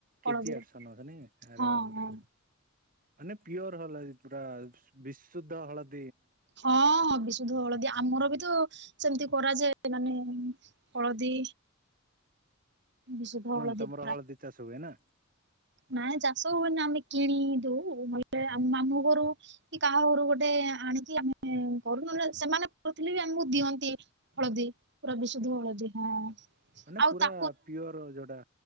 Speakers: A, on the right; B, on the right.
A: ହଳଦୀରେ।
B: କେଜି ଆଠଶହ ନଶହ ନାଇଁ କି ଆରେ
A: ହଁ
B: ବାପ
A: ହଁ
B: ରେ। ମାନେ ପିଓର ହଲା ଯେ ପୁରା ବିଶୁଦ୍ଧ ହଳଦ
A: ହଁ ହଁ ବିଶୁଦ୍ଧ ହଳଦୀ ଆମର ବି ତ ସେମିତି କରାଯାଏ ମାନେ ହଳଦୀ ବିଶୁଦ୍ଧ
B: ହୁଁ
A: ହଳଦୀ
B: ତମର
A: ପୁରା
B: ଚାଷ ହୁଏ ନା
A: ନାଇ ଚାଷ ହୁଏନି ଆମେ କିଣି ଦଉ ନହେଲେ ଆମ ମାମୁଁ ଘରୁ କି କାହା ଘରୁ ଗୋଟେ ଆଣି ଆମେ କରୁ ଉ ସେମାନେ କରୁଥିଲେ ବି ଆମେ ମକୁ ଦିଅନ୍ତି। ହଳଦୀ ପୁରା ବିଶୁଦ୍ଧ ହଳଦୀ ହଁ
B: ମାନେ
A: ଆଉ
B: ପୁରା
A: ତା
B: ହଁ ପିଓର ଯୋଉଟା